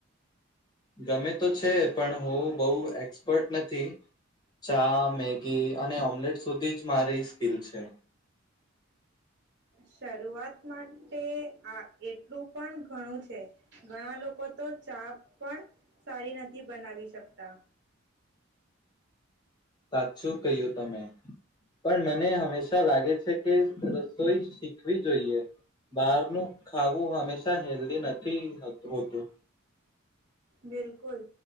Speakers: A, on the left (about 20°); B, on the right (about 55°).
A: ગમે તો છે પણ હું બહુ એક્સપર્ટ નથી. ચા, મેગી અને ઓમ્લેટ સુધી જ મારી સ્કિલ છે.
B: શરૂઆત માટે આ એટલું પણ ઘણું છે, ઘણા લોકો તો ચા પણ સારી નથી બનાવી શકતા.
A: સાચું કહ્યું તમે, પણ મને હંમેશા લાગે છે કે રસોઈ શીખવી જોઈએ, બહારનું ખાવું હંમેશા હેલ્ધી નથી હતું હોતું.
B: બિલકુલ.